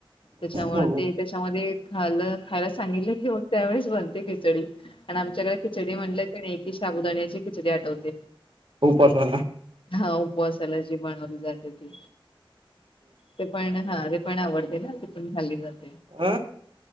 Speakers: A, on the left; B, on the right.
A: त्याच्यामुळ
B: हो
A: ते त्याच्यामध्ये खालं खा सांगितले त्यावेळेस बनं ते खिचडी आणि आमच्याकडे खिचडी म्हणल की नय की शाबुदाण्याची खिचडी आठवते.
B: उपासाला
A: हा उपवासाला जी बनवली जाते ती ते पाय ना हा ते पण आवडते ना ती पण खाल्ली जात
B: आं